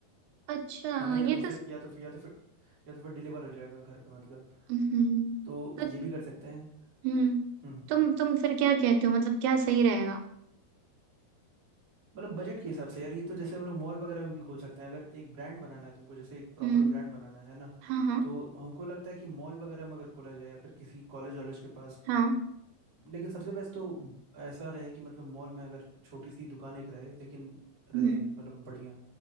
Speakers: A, on the right; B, on the right.
A: अच्छा
B: है ना या
A: ये
B: तो फिर
A: तो
B: या तो फिर या तो फिर या तो फिर डिलीवर हो जाएगा घर पे मतलब
A: हम्म
B: तो
A: मतलब,
B: ये भी कर सकते हैं
A: हम्म
B: हम्म
A: तुम तुम फिर क्या कहते हो मतलब क्या सही रहेगा
B: मतलब बजट के हिसाब से यार ये तो जैसे हम लोग मॉल वगैरह में भी खोल सकते हैं अगर एक ब्रांड बनाना है तुमको जैसे एक प्रॉपर
A: हम्म
B: ब्रांड बनाना है ना
A: हाँ हाँ
B: तो हमको लगता है कि मॉल वगैरह में अगर खोला जाए या फिर किसी कॉलेज वॉलेज के पास
A: हाँ
B: लेकिन सबसे बेस्ट तो ऐसा रहे कि मतलब मॉल में अगर छोटी सी दुकान एक रहे लेकिन रहे
A: हम्म
B: मतलब बढ़िया